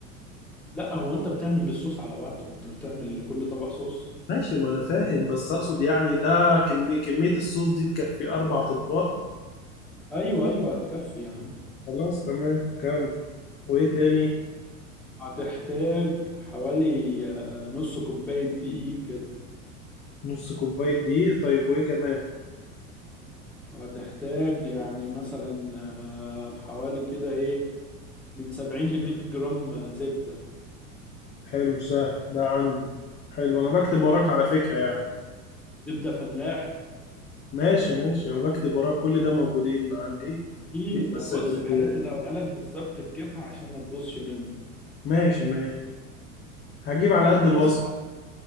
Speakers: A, in the centre; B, on the left.
A: لا هو انت بتعمل الصوص على بعضه انت مش بتعمل لكل طبق صوص
B: ماشي ما أنا فاهم بس أقصد يعني ده كمية كمية الصوص دي تكفي أربع أطباق
A: ايوه ايوه هتكفي يا عم
B: خلاص تمام كم وإيه تاني؟
A: هتحتاج حوالي آه، نص كوباية دقيق كده
B: نص كوباية دقيق طيب وإيه كمان؟
A: وهتحتاج يعني مثلا آه، حوالي كده ايه من 70 ل 100 جرام آه، زبدة
B: حلو سهل ده عندي حلو انا بكتب
A: الزبدة
B: وراك على فكرة
A: هي ال-
B: يعني
A: زبدة فلاحي
B: ماشي ماشي انا بكتب وراك كل ده موجودين عندي
A: اكيد
B: مفيش
A: يعني
B: بس
A: بص
B: غير
A: الحاجات
B: ال-
A: اللي هقولها لك بالظبط تجيبها عشان ما تبصش منك
B: ماشي ماشي هجيب على قد
A: بس
B: الوصف